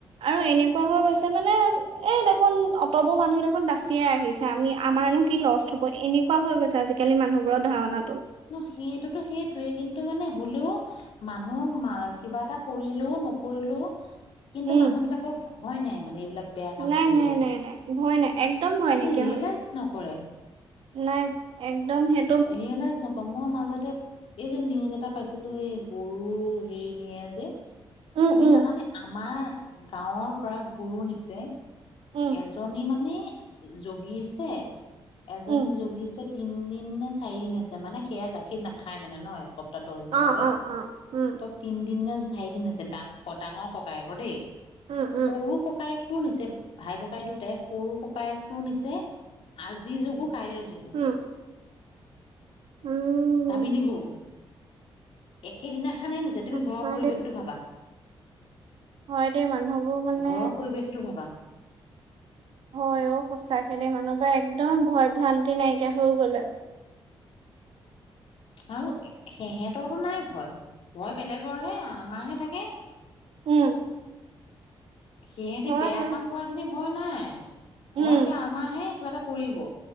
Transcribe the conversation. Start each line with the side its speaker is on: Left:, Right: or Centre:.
Right: আৰু এনেকুৱা হৈ গৈছে মানে এ দেখোন অটবোৰ মানুহ দেখোন বাছিয়েই আহিছে আমি আমাৰনো কি লষ্ট হব এনে -কোৱা হৈ গৈছে আজিকালি মানুহৰ ধাৰণাতো
Left: ন সেইটোতো সেইটোৱেই কিন্তু মানে হলেও মানুহক কিবা এটা কৰিলেও নকৰিলেও কিন্তু
Right: উম
Left: মানুহবিলাকৰ ভয় নাই মানে এইবিলাক বেয়া কাম
Right: নাই
Left: কৰিবলৈ
Right: নাই
Left: সেতি
Right: নাই নাই ভয় নাই একদম ভয় নাইকিয়া
Left: ৰিয়েলাইজ
Right: হ'ল
Left: নকৰে।
Right: নাই একদম সেই
Left: ৰিয়েলাইজ নকৰে মই মাজতে এই যে নিউজ এটা পাইছিলো, এই গৰু হেৰি নিয়ে যে।
Right: উম
Left: তুমি
Right: উম
Left: জানানে, আমাৰ গাঁৱৰ পৰা গৰু নিছে
Right: উম
Left: এজনী মানে, জগিছে, এজনী
Right: উম
Left: জগিছে তিনিদিন নে চাৰিদিন হৈছে মানে সেয়া গাখীৰ নাখায় মানে ন, এসপ প্তাহ, দছদিনলে।
Right: অ অ অ উম
Left: ত' তিনদিন নে চাৰিদিন হৈছে, ডাঙ-ডাঙৰ ককায়েকৰ দেই।
Right: উম উম
Left: সৰু ককায়েকটোৰ নিচে। ভাই-ককাই দুটাই সৰু ককায়েকটো নিচে, আজি জগো কাইলৈ জগো।
Right: উম। উম
Left: গাভিনী গৰু, একেদিনাখনেই নিছে তুমি ঘৰৰ
Right: সঁচাকে
Left: পৰিৱেশ শটো ভাৱা।
Right: হয় দেই মানুহবোৰ মানে
Left: ঘৰৰ পৰিৱেশটো ভাৱা।
Right: হয় অ', সঁচাকে দে মানুহবোৰৰ একদম ভয় ভ্ৰান্তি নাইকিয়া হৈ গ'লে।
Left: আৰু এ সিহঁতৰো নাই ভয়। ভয় বেলেগৰহে আমাৰহে থাকে।
Right: উম।
Left: সিহেতি
Right: হয়
Left: বেয়া
Right: হয়,
Left: কাম কৰা খিনি ভয় নাই।
Right: উম,
Left: ভয় কৰে আমাৰ হে কিবা এটা কৰিব।